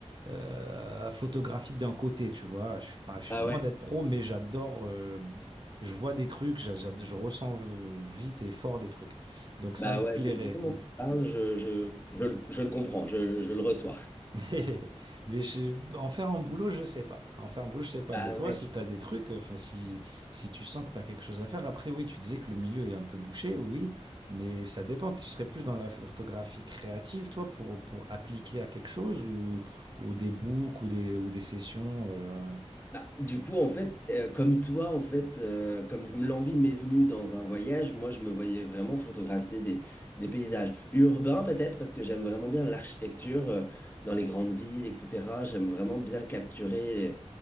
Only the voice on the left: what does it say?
Ah
ouais.
Bah
ouais, de la façon dont tu parles, je, je, je, le je le comprends, je, je le reçois.
Ah
ouais.
Bah, du coup, en fait, euh, comme toi, en fait, euh, comme l'envie m'est venue dans un voyage, moi, je me voyais vraiment photographier des, des paysages urbains, peut-être, parce que j'aime vraiment bien l'architecture, euh, dans les grandes villes, etc. J'aime vraiment bien capturer